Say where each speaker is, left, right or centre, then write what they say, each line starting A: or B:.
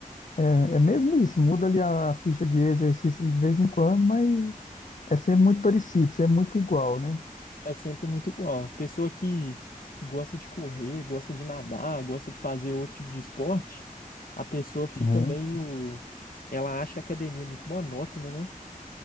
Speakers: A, on the left; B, on the left.
A: É, é mesmo isso, muda ali a, a ficha de exercício de vez em quando, mas é sempre muito parecido, sempre muito igual, né?
B: É sempre muito igual. Pessoa que, que gosta de correr, gosta de nadar, gosta de fazer outro tipo de esporte, a pessoa fica
A: É,
B: meio. Ela acha a academia muito monótona, né?